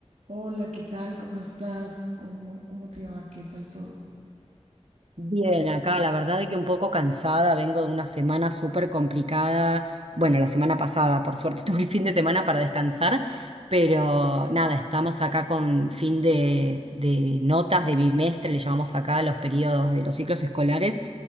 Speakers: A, on the right; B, on the right.
A: Hola, ¿qué tal? ¿Cómo estás? ¿Cómo, cómo te va? ¿Qué tal todo?
B: Bien, acá la verdad de que un poco cansada, vengo de una semana súper complicada. Bueno, la semana pasada, por suerte, <laughs> tuve el fin de semana para descansar, pero nada, estamos acá con fin de, de notas de bimestre, le llamamos acá a los periodos de los ciclos escolares,